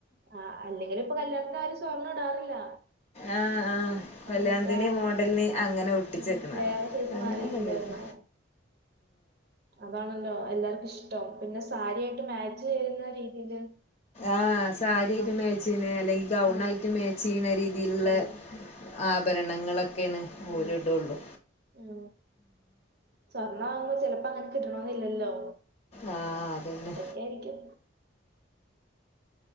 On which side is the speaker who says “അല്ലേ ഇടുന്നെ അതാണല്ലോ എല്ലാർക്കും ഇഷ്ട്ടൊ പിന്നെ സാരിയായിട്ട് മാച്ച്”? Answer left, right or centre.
Right